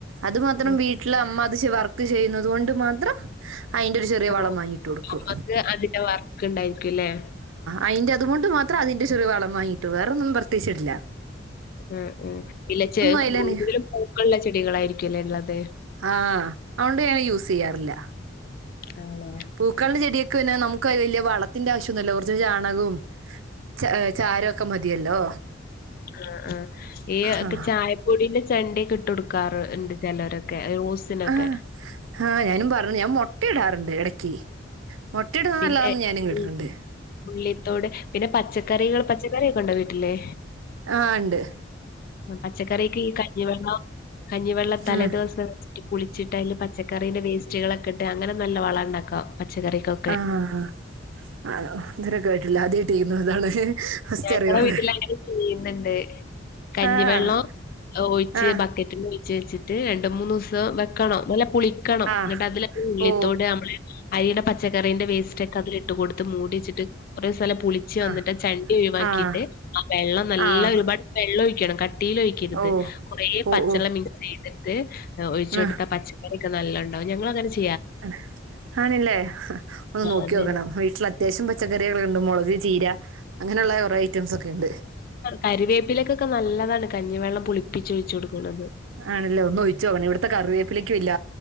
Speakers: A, on the right; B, on the left.
A: അത് മാത്രം
B: ഉം
A: വീട്ടില് അമ്മ അത് ചെ വർക്ക് ചെയ്യുന്നതുകൊണ്ട് മാത്രം അയിന്റെ ഒരു ചെറിയ
B: ഓ
A: വളം വാങ്ങി ഇട്ട് കൊടുക്കും
B: അമ്മക്ക് അതിന്റെ വർക്ക് ഇണ്ടായ്ര്ക്കു ലെ
A: അയ്ന്റെ അതുകൊണ്ട് മാത്രം അതിന്റെ ചെറിയ വളം വാങ്ങിട്ടു കൊ വേറൊന്നും പ്രത്യേച്ചിടില്ല
B: ഉം ഉം ഇലച്ച്
A: അയിലന്
B: കൂടുതലും പൂക്കളുള്ള ചെടികളായിരിക്കുംല്ലേ ള്ളത്.
A: ആഹ് അതോണ്ട് ഞാന് യൂസയ്യാറില്ല
B: ആണോ
A: പൂക്കളിന്റെ ചെടിയേക്ക് പിന്നെ നമുക്ക് വലിയ വളത്തിന്റെ ആവശ്യമൊന്നുല്ല കുറച്ച് ചാണകും ച ചാരൊക്കെ മതിയല്ലോ
B: ആഹ് ആഹ്. ഈ
A: ആ
B: ചായപ്പൊടിന്റെ ചണ്ടിയൊക്കെ ഇട്ട് കൊടുക്കാ റ് ഇണ്ട് ചെലരൊ ക്കെ റോസിനൊക്കെ
A: ആഹ് ആഹ് ഞാനും പറഞ്ഞു ഞാൻ മൊട്ടയിടാറ്ണ്ട് എടക്ക് മുട്ടയിടുന്ന
B: പിന്നെ
A: നല്ലതാന്ന് ഞാനും കേട്ടിട്ടുണ്ട്.
B: ഉള്ളിത്തോട്, പിന്നെ പച്ചക്കറികൾ പച്ചക്കറിയൊക്കെ ഉണ്ടോ വീട്ടില്?
A: ആഹ് ണ്ട്.
B: ഉം പച്ചക്കറിക്ക് ഈ കഞ്ഞിവെള്ളം കഞ്ഞിവെള്ളം തലേ
A: ഉം
B: ദിവസം വെച്ചിട്ട് പുൾച്ചിട്ട് അയില് പച്ചക്കറീന്റെ വേസ്റ്റുകളൊക്കെ ഇട്ട് അങ്ങനെ നല്ല വള ണ്ടാക്കാം പച്ചക്കറിക്കൊ
A: ആഹ്. ആഹ് ഇത് വരെ കേട്ടില്ല ആദ്യായിട്ട് <unintelligible>
B: ഞങ്ങളെ
A: അറിവാണ്
B: വീട്ടില് അങ്ങനെ ചെയ്യുന്നുണ്ട്. കഞ്ഞിവെള്ളം
A: ആഹ്
B: ഒഴിച്ച്
A: ആഹ്
B: ബക്ക റ്റ്ല് ഒഴ്ച്ച് വെച്ചിട്ട് രണ്ട് മൂന്നുസം വെക്കണം നല്ല പുളിക്കണം
A: ആഹ്
B: എന്നിട്ട് അതില ഉള്ളി
A: ഓ
B: ത്തോട് നമ്മള് അരിയുടെ പച്ചക്കറീന്റെ വേസ്റ്റ് ഒക്കെ അതിൽ ഇട്ട് കൊടുത്ത് മൂടി വെച്ചിട്ട് കുറെ സ്ഥലം പുളിച്ച് വന്നിട്ട്
A: ആഹ്
B: ച ഒഴിവാക്കീട്ട്
A: ആഹ്
B: ആ വെള്ളം നല്ല
A: ആഹ്
B: ഒരുപാട് വെള്ളം ഒഴിക്കണം കട്ടിയിൽ ഒഴി ക്കരുത്
A: ഓ
B: കുറെ
A: ഓ
B: പച്ചള്ളം
A: ഓ
B: മിക്സെയ്തിട്ട് ഒഴിച്ച് കൊടുത്താ
A: ആഹ്
B: പച്ച പക്കറിയൊക്കെ നല്ലണ്ടാവും ഞങ്ങളങ്ങനെ ചെ
A: ആഹ് ആണില്ലെ ഒന്ന് നോക്കിയോക്കണം
B: അതായത്
A: വീട്ടില ത്യാവശ്യം പച്ചക്കറികളുണ്ട് മുളക് ചീര അങ്ങനെയുള്ള കൊറെ ഐറ്റംസൊക്കെ ഇണ്ട്.
B: കരിവേപ്പിലൊക്കൊക്കെ നല്ലതാണ് കഞ്ഞിവെള്ളം പുളിപ്പിച്ച് ഒയിച്ചു കൊടുക്കണത്
A: ആണല്ലോ ഒന്ന് ഒഴിച്ചു നോക്കണം ഇവിടത്തെ കറിവേപ്പിലേക്കും ഇല്ല